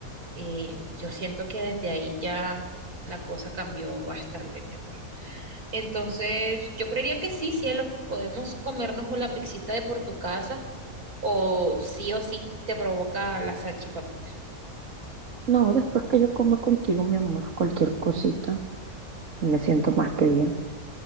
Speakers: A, on the right (about 75°); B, on the right (about 55°).
A: eh, yo siento que desde ahí ya la cosa cambió bastante, mi amor. Entonces, yo creería que sí, cielo, podemos comernos o la pixita de por tu casa o sí o sí te provoca la salchipapita.
B: No, después que yo coma contigo, mi amor, cualquier cosita, me siento más que bien.